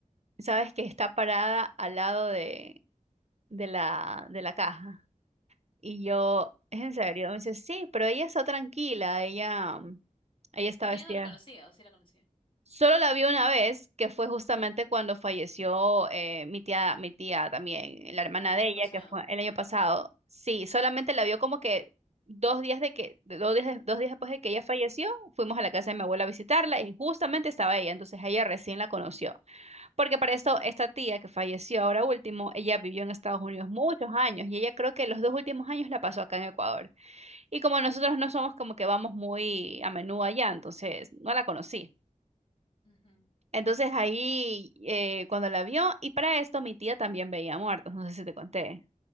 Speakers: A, on the right; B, on the left.
A: ¿sabes que está parada al lado de, de la, de la caja? Y yo, ¿es en serio? Me dice, sí, pero ella está tranquila, ella, ella está
B: Pero
A: vestida.
B: yo no lo conocía, o sí la conocía.
A: Solo la vi una vez, que fue justamente cuando falleció eh, mi tía, mi tía también, la hermana
B: El
A: de
B: año
A: ella,
B: pasado.
A: que fue el año pasado. Sí, solamente la vio como que dos días de que, de- dos días, de- dos días después de que ella falleció, fuimos a la casa de mi abuela a visitarla y justamente estaba ella, entonces ella recién la conoció. Porque para esto, esta tía que falleció ahora último, ella vivió en Estados Unidos muchos años y ella creo que los dos últimos años la pasó acá en Ecuador. Y como nosotros no somos como que vamos muy a menudo allá, entonces no la conocí.
B: Ujú.
A: Entonces ahí, eh, cuando la vio, y para esto mi tía también veía muertos, no sé si te conté.